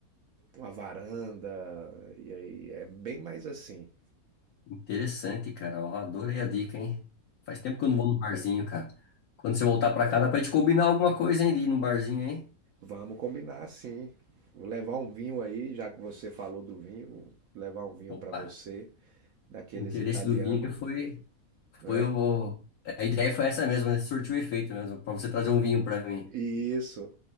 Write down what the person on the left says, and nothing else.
Interessante, cara. Ó, adorei a dica, hein? Faz tempo que eu não vou no barzinho, cara. Quando você voltar pra cá, dá pra gente combinar alguma coisa, hein, de ir num barzinho, hein?
Opa,
o interesse
do vinho foi,
foi o... A ideia foi essa mesmo, né? Surtiu efeito mesmo, pra você trazer um vinho pra mim.